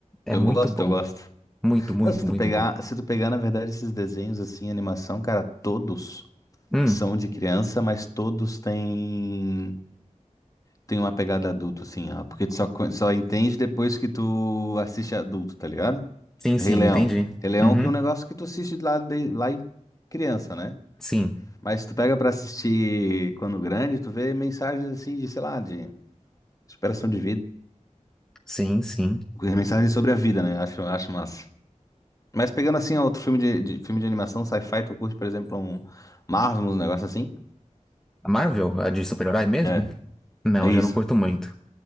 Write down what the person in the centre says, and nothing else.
É
muito
bom.
Muito, muito,
muito
bom.
Hum,
sim, sim,
entendi.
Uhum.
Sim,
sim, sim.
A Marvel, a de super-herói mesmo?
Não,
já não curto muito.